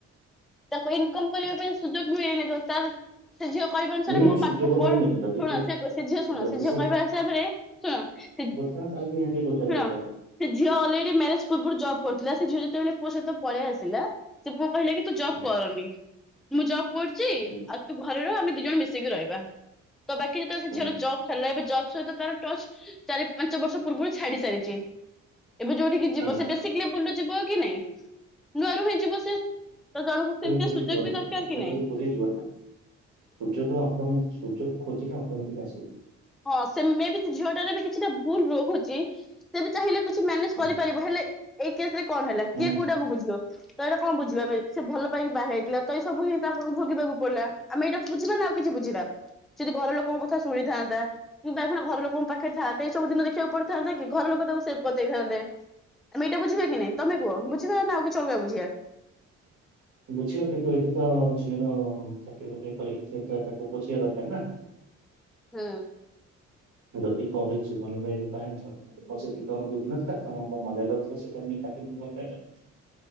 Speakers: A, in the centre; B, on the right.
A: ତାକୁ ଇନକମ କରିବା ପାଇଁ ସୁଯୋଗ ମିଳେନିତ କାରଣ ସେ ଝିଅ କହିବା ଅନୁସାରେ
B: ମିଳୁନି
A: ମୋ ପାଠ
B: ସୁଯୋଗ
A: ମୋର
B: ମିଳୁନି
A: ଶୁଣ
B: କି ଯଦି
A: ସେ ସେ ଝିଅ ଶୁଣ
B: ଯଦି
A: ସେ ଝିଅ କହିବା ହିସାବରେ ଶୁଣ
B: କାଇନା <inaudible> ପ୍ରଚାର
A: ଶୁଣ
B: କରିପାଇଲ
A: ସେ ଝିଅ ଅଲରେଡି ମ୍ୟାରେଜ ପୂର୍ରୁ ଜବ୍ କରୁଥିଲା ସେ ଝିଅ ଯେତେବେଳେ ପୁଅ ସହିତ ପଳେଇ ଆସିଲା ସେ ପୁଅ କହିଲା କି ତୁ ଜବ
B: ହୁଁ
A: କରନି। ମୁଁ ଜବ କରୁଚି
B: ହୁଁ
A: ଆଉ ତୁ ଘରେରହ ଆମେ ଦିଇ ଜଣ ମିଶିକି ରହିବା। ତ ବାକିରେ ତ ସେ
B: ହୁଁ
A: ଝିଅର ଜବ୍ ସାରିଲା ଏ ଜବ ସହିତ ତାର ଟଚ ଚାରି ପାଞ୍ଚ ବର୍ଷ ପୂର୍ବରୁ ଛାଡି ସାରିଛି ଏବେ ଯୋଉଠିକି
B: ହୁଁ।
A: ଯିବ ସେ ବେଶୀକ ବୁଲୁ ଯିବ କି ନାଇଁ ନୂଆରୁ ହିଁ ଯିବ ସେ ତ ଜଣକୁ ସେମିତିଆ
B: ଭୁଲିଯିବ
A: ସୁଯୋଗ ବି
B: ନା
A: ଦରକାର
B: ପାଠଟା
A: କି ନାଇଁ?
B: କାଲି ଭୁଲିଯିବ ନା। ସୁଯୋଗ ଅଟୋମେଟିକ ସୁଯୋଗ ଖୋଜିକେ ଅଟୋମେଟିକ ଆସେ।
A: ହଁ ସେ ମେବି ସେ ଝିଅଟାର ବି କିଛିଟା ଭୁଲ ରହୁଛି। ସେ ବି ଚାହିଁଲେ କିଛି ମ୍ୟାନେଜ
B: ହୁଁ
A: କରିପାରିବ ହେଲେ ଏଇ କେସରେ କଣ ହେଲା କିଏ
B: ହୁଁ
A: କୋଉଟାକୁ ବୁଝିବ। ତ ଏଇଟା କଣ ବୁଝିବା ଆମେ ସେ ଭଲ ପାଇକି ବାହା ହେଇଥିଲା ତଏସବୁ ହିଁ ତାଙ୍କୁ ଭୋଗିବାକୁ ପଡିଲା ଆମେ ଏଇଟା ବୁଝିବା ନା ଆଉ କିଛି ବୁଝିବା ସେ ଯଦି ଘର ଲୋକଙ୍କ କଥା ଶୁଣିଥାନ୍ତା କିନ୍ତୁ ତାପରେ ଘର ଲୋକଙ୍କ ପାଖରେ ଥାନ୍ତେ ଏ ସବୁ ଦିନ ଦେଖିବାକୁ ପଡିଥାନ୍ତା କି ଘର ଲୋକ ତାକୁ ସେ୍ଭ କରିଦେଇଥାନ୍ତେ। ଆମେ ଏଇଟା ବୁଝିବା କି ନାଇଁ ତମେ କୁହ ବୁଝିବା ନା ଆଉ କି ଅଲଗା ବୁଝିବା?
B: ବୁଝିବା କିନ୍ତୁ ଏଇଠି ତ ଝିଅର ଚାକିରି ବାକିରି କରିକି କିଛି ତାକୁ ପୋଷିବା ଦରକାର ନା।
A: ହୁଁ।
B: ଯଦି କରିଛୁ ଭଲ ପାଇକି ବାହାହେଇଚ ଆଉ ତମର ବୁଧିନଥିଲା? ତମକୁ କଣ ମଜାଲାଗୁଥିଲା ସେ ଟାଇମ <inaudible>